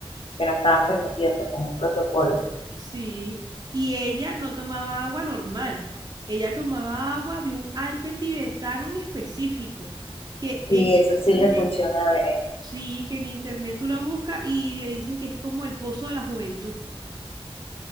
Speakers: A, on the left; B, on the right.
A: que no estaban permitidas, pues como un protocolo.
B: Sí, y ella no tomaba agua normal. Ella tomaba agua de un alpe tibetano en específico, que en
A: Sí, eso sí
B: internet
A: lo escuché una vez,
B: Sí, que en internet tú la buscas y le dicen que es como el pozo de la juventud.